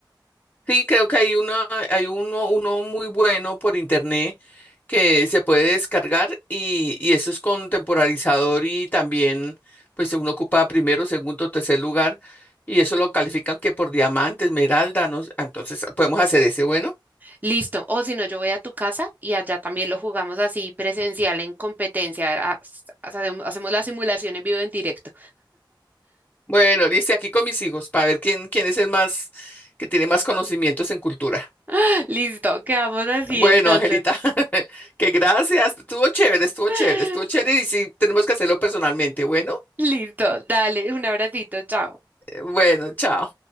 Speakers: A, on the left; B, on the right.
A: Sí, creo que hay una, hay uno, uno muy bueno por internet que se puede descargar y, y eso es con temporalizador y también, pues uno ocupa primero, segundo, tercer lugar y eso lo califican que por diamante, esmeralda, ¿no? Entonces podemos hacer ese, bueno.
B: Listo. O si no, yo voy a tu casa y allá también lo jugamos así presencial en competencia. ha- hace- Hacemos la simulación en vivo en directo.
A: Bueno, listo, aquí con mis hijos para ver quién, quién es el más, que tiene más conocimientos en cultura.
B: <laughs> Listo, quedamos así
A: Bueno,
B: entonces.
A: Angelita, <laughs> que gracias, estuvo chévere, estuvo
B: <laughs>
A: chévere, estuvo chévere y sí, tenemos que hacerlo personalmente, bueno.
B: Listo, dale, un abracito, chao.
A: Bueno, chao.